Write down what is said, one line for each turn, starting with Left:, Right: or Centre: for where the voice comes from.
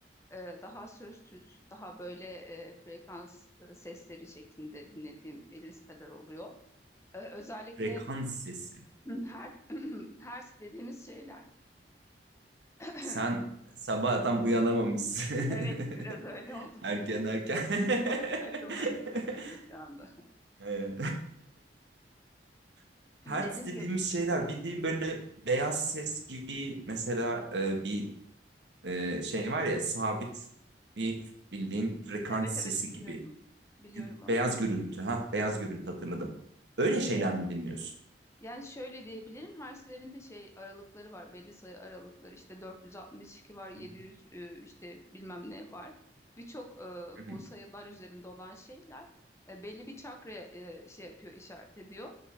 Left: e, daha sözsüz, daha böyle e, frekans e, sesleri şeklinde dinlediğim listeler oluyor. E, özellikle
Right: Frekans sesi.
Left: <clears throat> her <clears throat> hertz dediğimiz şeyler. <clears throat>
Right: Sen sabah tam uyanamamışsın.
Left: Evet, biraz öyle
Right: <laughs>
Left: oldu.
Right: Erken
Left: <laughs>
Right: erken.
Left: Açılmaya
Right: <laughs>
Left: çalışıyorum şu anda.
Right: Ee, <laughs>
Left: Dediğim
Right: hertz dediğimiz
Left: gibi,
Right: şeyler bildiğin böyle beyaz ses gibi mesela e, bir e, şey var ya sabit bir bildiğin frekans
Left: evet evet
Right: sesi
Left: biliyorum.
Right: gibi.
Left: Biliyorum onu.
Right: Beyaz gürültü ha beyaz gürültü hatırladım. Öyle şeyler
Left: Evet.
Right: mi dinliyorsun?
Left: Yani şöyle diyebilirim. Herslerin de şey aralıkları var. Belli sayı aralıkları. İşte 462 var, 700
Right: <laughs>
Left: e, işte bilmem ne var. Birçok e,
Right: Hı hı.
Left: bu sayılar üzerinde olan şeyler e, belli bir çakraya e, şey yapıyor, işaret ediyor.